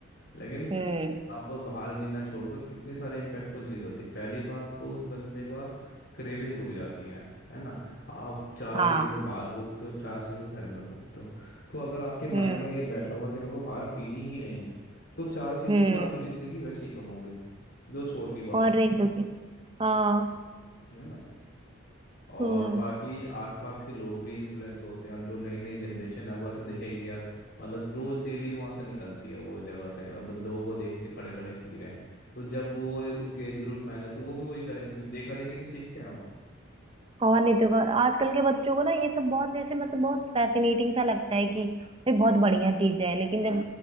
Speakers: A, on the left; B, on the right.
A: लेकिन
B: हम्म
A: आप बाहर पीना छोड़ दो कितनी सारी इम्पैक्टफुल चीज़ होती है पहली बात तो उस बंदे का क्रेविंग रुक जाती है है ना आप चार
B: हाँ
A: सिगरेट बाहर फूकते हो चार सिगरेट घर में फूकते हो तो अगर आपके माइंड
B: हम्म
A: में ये बैठा हुआ है कि मेरे को बाहर पीनी ही नहीं है तो चार सिगरेट
B: हम्म
A: तो आपकी ज़िंदगी वैसे ही कम हो गई जो छोड़ नहीं पा
B: और
A: रहा
B: नहीं तो क्या हाँ
A: है ना और
B: हम्म
A: बाकी आसपास के लोग भी इन्फ्लुएंस होते हैं अब जो नई नई जनरेशन है वो ऐसे देखेगी यार मतलब रोज डेली वहां से निकलती है वो जगह से अब लोगों को देखते खड़े खड़े पी रहे हैं तो जब वो उस एज ग्रुप में आएगा तो वो भी वही करेंगे क्योंकि देखा देखी तो सीखते हैं वो
B: और नहीं तो और आजकल के बच्चों को ना ये सब बहुत जैसे मतलब बहुत फैसिनेटिंग सा लगता है कि ये बहुत बढ़िया चीज है लेकिन जब